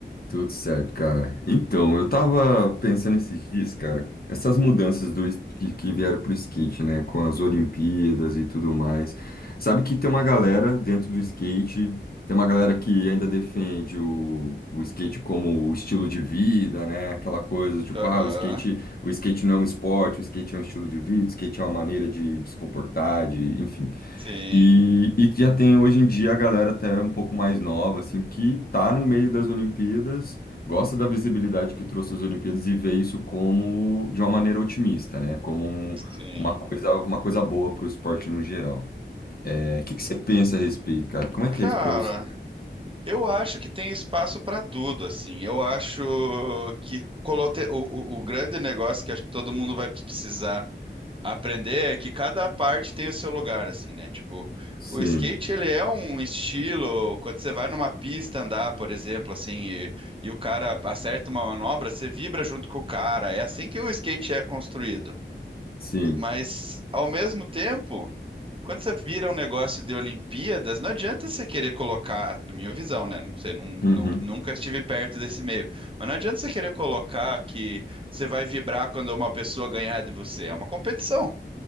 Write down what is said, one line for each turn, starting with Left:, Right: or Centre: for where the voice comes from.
Left: Tudo certo, cara. Então, eu tava pensando esses dias, cara, essas mudanças do, es- que, que vieram pro skate, né? Com as Olimpíadas e tudo mais. Sabe que tem
Right: Uhum.
Left: uma galera dentro do skate, tem uma galera que ainda defende o, o skate como o estilo de vida, né? Aquela coisa, tipo,
Right: Aham.
Left: ah, o skate, o skate não é um esporte, o skate é um estilo de vida, o skate é uma maneira de, de se comportar, de, enfim.
Right: Sim,
Left: E, e já tem hoje em dia a galera até um pouco mais nova, assim, que tá no meio das Olimpíadas, gosta da visibilidade que trouxe as Olimpíadas e vê isso como de uma maneira otimista, né? Como um-
Right: sim.
Left: uma coisa, uma coisa boa para o esporte no geral. É, o que que você pensa a respeito, cara? Como é
Right: Cara,
Left: que é isso para você?
Right: eu acho que tem espaço para tudo, assim. Eu acho que colote- o, o, o grande negócio que acho que todo mundo vai precisar aprender é que cada parte tem o seu lugar, assim, né? Tipo,
Left: Sim,
Right: o skate, ele é um estilo, quando você vai numa pista andar, por exemplo, assim, e, e o cara acerta uma manobra, você vibra junto com o cara. É assim que o skate é construído.
Left: sim,
Right: E- Mas, ao mesmo tempo, quando você vira um negócio de Olimpíadas, não adianta você querer colocar, na minha visão, né? Não sei, nun-
Left: uhum,
Right: nun- nunca estive perto desse meio. Mas não adianta você querer colocar que você vai vibrar quando uma pessoa ganhar de você. É uma competição.